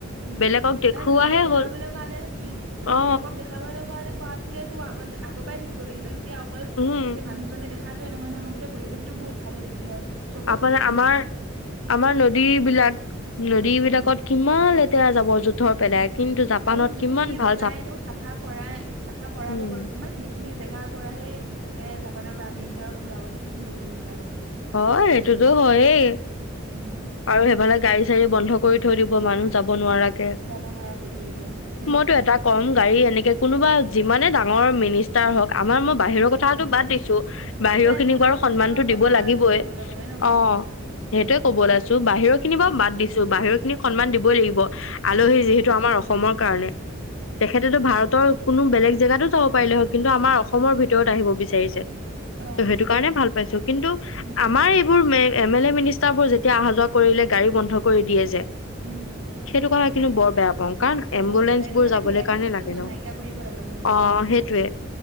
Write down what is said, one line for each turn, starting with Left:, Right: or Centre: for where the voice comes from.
Right: উম
Left: বেলেগক দেখুৱাহে
Right: এ লোকক দেখাবলৈ
Left: হ'ল।
Right: কাৰণে সেইটো
Left: অ
Right: লোকক দেখাবলৈ কাৰণে কাৰতকে টো আগতে আগৰ পৰাই থাকিব লাগিছিল তেতিয়া অকল
Left: উম
Right: সেই মানুহজনে দেখা দেখাটোৱে নহয় নহয় আমাৰ গোটেই পৰিৱেশটো বহুত ভাল হৈ থাকিলে হয়। চবৰ
Left: আপোনাৰ
Right: সুবিধা
Left: আমাৰ
Right: ন
Left: আমাৰ নদী বিলাক নদী বিলাকত
Right: উম
Left: কিমান লেতেৰা যাব জুত থৰ পেলাই। কিন্তু জাপানত
Right: আৰু যোনখিনি
Left: কিমান ভাল
Right: জেগাই এনেও চাফা কৰা চাফা কৰাব
Left: উম।
Right: বৰ্তমান সেইখিনি জেগাৰ পৰা হে, হে জাপানৰ পৰা আমি ইচৰক ঘৰাব চাবিচোন ম যদি মিছ
Left: অ', সেইটোতো হয়েই
Right: উম
Left: আৰু সেইফালে গাড়ী চাৰী বন্ধ কৰি ধৰিব মানুহ যাব নোৱাৰাকে,
Right: যাব নোৱাৰা কৰি থৈ দিব সেইটোৱে
Left: ময়ো এটা কম গাডী এনে কোনোবা যিমানে মৰ মিনিচ তা হক আমাৰ মই
Right: উম
Left: বাহিৰৰ
Right: মিষ্টাৰ
Left: কথাটো
Right: নহওক
Left: বাদ দিছো বাহিৰৰ
Right: এতিয়া
Left: খিনিক
Right: এম্বুলেন্স
Left: বাৰু
Right: কেইখনৰ
Left: সন্মানতো দিব
Right: কথাটোত
Left: লাগি
Right: চাবলৈ গ'লে ন সেইটো
Left: অ', সেইটোয়ে ক'ব ওলাইছো বাহিৰৰ খিনি বাৰ
Right: উম
Left: বাদ দিছো বাহিৰ <unintelligible> খিনিক সন্মান দিবই লাগিব। আলহী
Right: উম
Left: যিহেতু আমাৰ অসমৰ। কাৰণে তেখেতেতো ভাৰতৰ কোনো বেলেগ জেগাতো যাব পাৰিলে হয়। কিন্তু আমাৰ অসমৰ ভিতৰত আহিব বিচাৰিছে।
Right: অ
Left: ত' সেইটো কাৰণে ভাল পাইছোঁ, কিন্তু
Right: উম
Left: আমাৰ এইবোৰ এ এম এল এ, মিনিষ্টাৰবোৰ যেতিয়া অহা-যোৱা কৰিলে গাড়ী বন্ধ কৰি দিয়ে যে
Right: উম
Left: সেইটোক কিন্তু বৰ বেয়া পাওঁ। কাৰণ এম্বুলেন্ঞ্চ
Right: বহুত বেয়া এইটো
Left: বোৰ
Right: মানে
Left: যাবলৈ
Right: ভি আই
Left: কাৰণে
Right: পি চিষ্টেমটো
Left: লাগে ন'
Right: নাইকিয়া কৰি দিব লাগে মোৰ মতে
Left: অ',
Right: দেই
Left: সেইটোয়ে